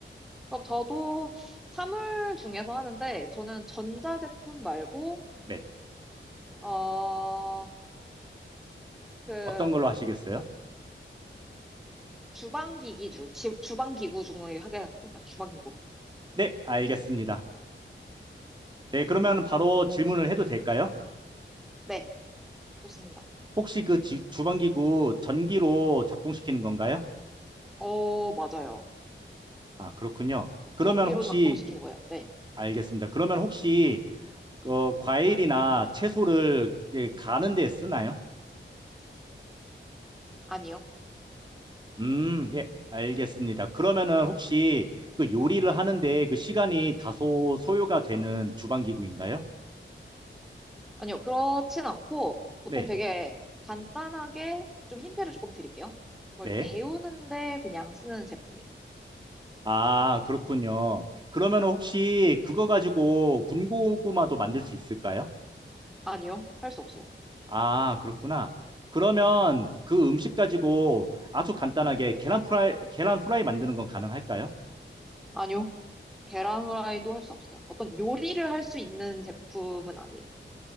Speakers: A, in the centre; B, on the right.
A: 그럼 저도 사물 중에서 하는데, 저는 전자제품 말고,
B: 네.
A: 어, 그,
B: 어떤 걸로 하시겠어요?
A: 주방기기 주, 지- 주방기구 중에 하겠습니다. 주방기구.
B: 네, 알겠습니다. 네, 그러면 바로 질문을 해도 될까요?
A: 네, 좋습니다.
B: 혹시 그 지- 주방기구 전기로 작동시키는 건가요?
A: 어, 맞아요.
B: 아, 그렇군요. 그러면
A: 전기로
B: 혹시,
A: 작동시키는 거예요. 네.
B: 알겠습니다. 그러면 혹시, 어, 과일이나 채소를 예, 가는 데 쓰나요?
A: 아니요.
B: 음, 예, 알겠습니다. 그러면은 혹시 그 요리를 하는데 그 시간이 다소 소요가 되는 주방기구인가요?
A: 아니요. 그렇진 않고, 보통
B: 네,
A: 되게 간단하게 좀 힌트를 조금 드릴게요. 뭘
B: 네.
A: 데우는데 그냥 쓰는 제품이에요.
B: 아, 그렇군요. 그러면 혹시 그거 가지고 군고구마도 만들 수 있을까요?
A: 아니요. 할 수 없어요.
B: 아, 그렇구나. 그러면 그 음식 가지고 아주 간단하게 계란 프라이, 계란 후라이 만드는 건 가능할까요?
A: 아니요. 계란 후라이도 할 수 없어요. 어떤 요리를 할 수 있는 제품은 아니에요.